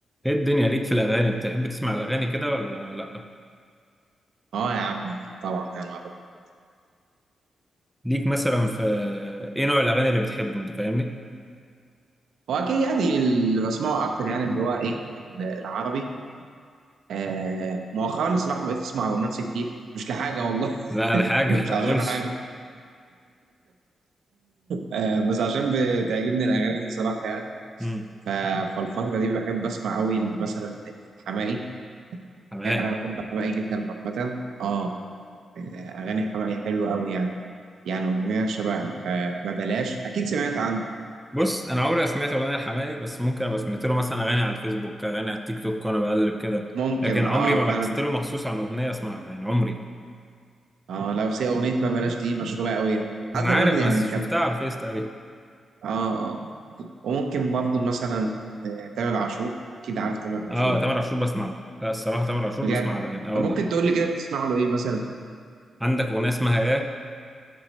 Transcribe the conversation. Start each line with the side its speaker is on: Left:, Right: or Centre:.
Centre: ايه الدنيا ليك في الاغاني بتحب تسمع الاغاني كده ولا لا
Right: اه يا عم اكيد طبعا يا نهار ابيض
Centre: ليك مثلا في ايه نوع الاغاني اللي بتحبه انت فاهمني
Right: هو اكيد يعني اللي بسمعه اكتر يعني اللي هو ايه ال- العربي آه مؤخرا الصراحه بقيت اسمع رومانسي كتير مش لحاجه والله
Centre: لا لا
Right: <laughs>
Centre: حاجه
Right: مش
Centre: ما
Right: عشان
Centre: تقولش
Right: حاجه آه بس عشان بتعجبني الاغاني دي صراحه يعني
Centre: امم
Right: ف- فالفتره دي بحب اسمع قوي مثلا حماقي
Centre: حماقي
Right: انا بحب حماقي جدا عامه اه آه، اغاني حماقي حلوه قوي يعني يعني اغنيه شبه آه ما بلاش اكيد سمعت عنه
Centre: بص انا عمري ما سمعت اغنيه لحماقي بس ممكن ابقى سمعت له مثلا اغاني على الفيسبوك اغاني على التيك توك وانا بقلب كده
Right: ممكن
Centre: لكن عمري
Right: اه
Centre: ما
Right: فعلا
Centre: بحثت له مخصوص عن اغنيه اسمعها يعني عمري
Right: اه لو سي اغنيه ما بلاش دي مشهوره قوي
Centre: انا
Right: حتى
Centre: عارف
Right: منه يعني
Centre: بس شفتها على الفيس تقريبا
Right: اه آه. وممكن برضه مثلا آه، تامر عاشور اكيد عارف تامر عاشور
Centre: اه تامر عاشور بسمع له لا الصراحه تامر عاشور
Right: بجد
Centre: بسمع له يعني اه
Right: طب
Centre: والله
Right: ممكن تقول لي كده بتسمع له ايه مثلا
Centre: عندك اغنيه اسمها ياه